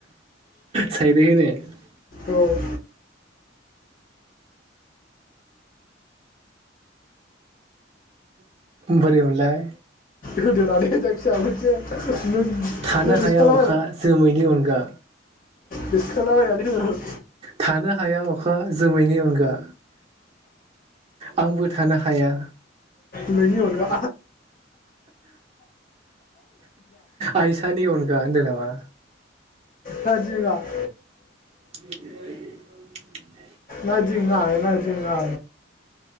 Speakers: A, on the right; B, on the left.
A: साइरि होनो
B: औ <inaudible>
A: बोरै मोनलाय
B: होदोरा बिदिनो जायखिया मोनसे नों नों
A: थानो
B: बिसकल
A: हाया अखा जोमैनि अनगा
B: बिसकलाबायलाय। <inaudible>
A: थानो हाया अखा जोमैनि अनगा आंबो थानो हाया
B: नोंनि अनगा
A: आइसानि अनगा होनदों नामा
B: <inaudible>
A: <inaudible>
B: नङा इदि नङा